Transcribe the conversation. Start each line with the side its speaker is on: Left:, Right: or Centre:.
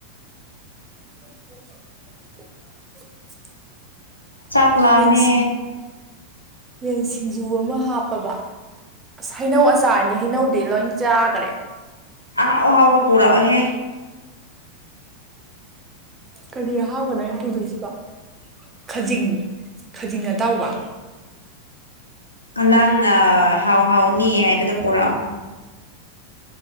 Right: <unintelligible>
Left: ꯆꯥꯛꯥꯛꯂꯝꯥꯃꯦ
Right: ꯌꯦꯟꯁꯤꯡ ꯌꯦꯟ ꯁꯤꯡꯖꯨ ꯑꯃ ꯍꯥꯞꯄꯕ ꯑꯁ ꯍꯩꯅꯧ ꯑꯆꯥꯔꯅꯤ ꯍꯩꯅꯧꯗꯤ ꯂꯣꯏ ꯆꯥꯈꯔꯦ
Left: ꯑꯍꯥꯛ ꯑꯍꯥꯎꯕ ꯄꯨꯔꯛꯑꯣꯍꯦ
Right: ꯀꯔꯤ ꯑꯍꯥꯎꯕꯅꯣ ꯑꯩꯅ ꯄꯨꯗꯣꯏꯁꯤꯕ ꯈꯖꯤꯡ ꯈꯖꯤꯡ ꯑꯇꯥꯎꯕ
Left: ꯅꯪꯅ ꯍꯥꯎ ꯍꯥꯎꯅꯤ ꯍꯥꯏꯕꯗꯣ ꯄꯨꯔꯛꯑꯣ